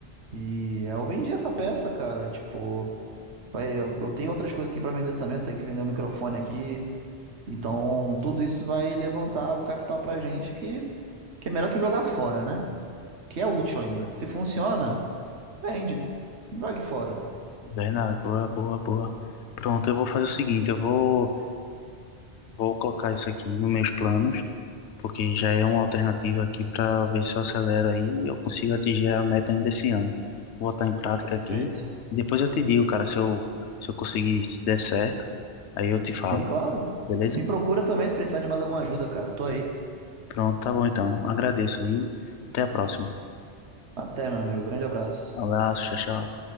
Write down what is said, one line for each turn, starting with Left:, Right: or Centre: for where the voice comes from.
Right: E eu vendi essa peça, cara. Tipo, vai, eu tenho outras coisas aqui pra vender também, tenho que vender um microfone aqui. Então, tudo isso vai levantar o capital pra gente que, que é melhor que jogar fora, né? Que é útil ainda. Se funciona, vende. Não Jogue fora.
Left: Bernardo, boa, boa, boa. Pronto, eu vou fazer o seguinte, eu vou, vou colocar isso aqui nos meus planos, porque já é uma alternativa aqui para ver se eu acelero aí e eu consigo atingir a meta ainda esse ano. Vou botar em prática
Right: Perfeito.
Left: aqui. e Depois eu te digo, cara, se eu, se eu conseguir, se der certo, aí eu te falo,
Right: Sim, claro.
Left: beleza?
Right: Me procura também se precisar de mais alguma ajuda, cara. Tô aí.
Left: Pronto, tá bom então. Agradeço aí. Até a próxima.
Right: Até, meu amigo. Grande abraço.
Left: Abraço, tchau, tchau.